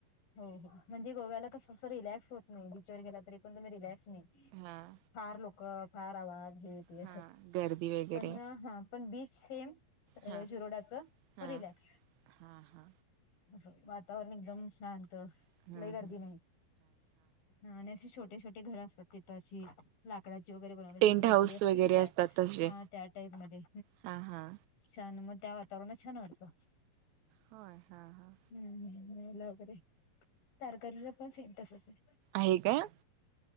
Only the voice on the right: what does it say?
हां.
हा गर्दी वगैरे
हा
हा
हा हा
हम्म
हम्म
टेंट
हाऊस
वगैरे
असतात तसे
हा हा
होय, हा हा
हे काय?